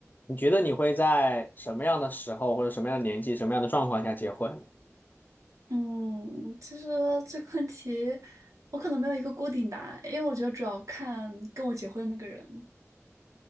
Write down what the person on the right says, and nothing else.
嗯，其实 <laughs> 这个问题我可能没有一个固定答案，因为我觉得主要看跟我结婚的那个人。